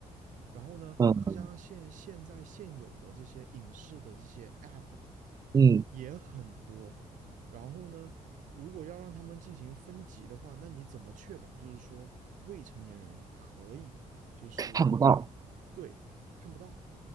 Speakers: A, on the right (about 75°); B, on the right (about 25°).
A: 然后呢，
B: 嗯
A: 再加上现现在现有的这些影视的这些 app
B: 嗯，
A: 也很多，然后呢，如果要让他们进行分级的话，那你怎么确保就是说未成年人可以就是
B: 看不到。
A: 对看不到？